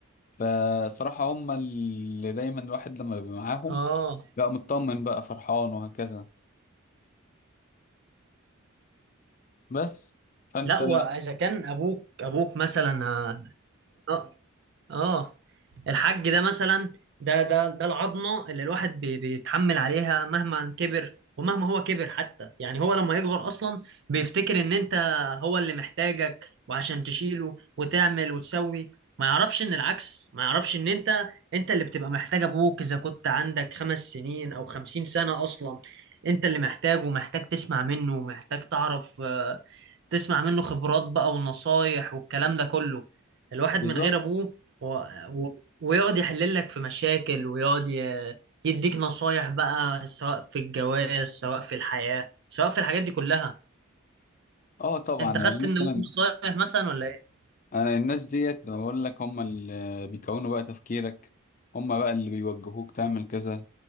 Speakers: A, on the left; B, on the right.
A: فصراحة هم اللي دايما الواحد لما بيبقى معاهم
B: آه
A: بقى مطمن بقى فرحان وهكذا بس فانت
B: لا واذا كان ابوك ابوك مثلا آه، اه الحج ده مثلا ده ده ده العظمه اللي الواحد بي- بيتحمل عليها مهما كبر ومهما هو كبر حتى يعني هو لما يكبر اصلا بيفتكر ان انت هو اللي محتاجك وعشان تشيله وتعمل وتسوي ما يعرفش ان العكس ما يعرفش ان انت انت اللي بتبقى محتاج ابوك اذا كنت عندك خمس سنين او خمسين سنه اصلا انت اللي محتاجه ومحتاج تسمع منه ومحتاج تعرف آه، تسمع منه خبرات بقى ونصايح والكلام ده كله الواحد
A: بالظبط
B: من غير ابوه و... و... ويقعد يحلل لك في مشاكل ويقعد ي... يديك نصايح بقى سواء في الجواز سواء في الحياة سواء في الحاجات دي كلها
A: اه طبعا
B: انت خدت
A: يعني مثلا
B: من أبوك نصايح مثلا ولا ايه
A: انا الناس ديت بقول لك هم اللي بيكونوا بقى تفكيرك هم بقى اللي بيوجهوك تعمل كذا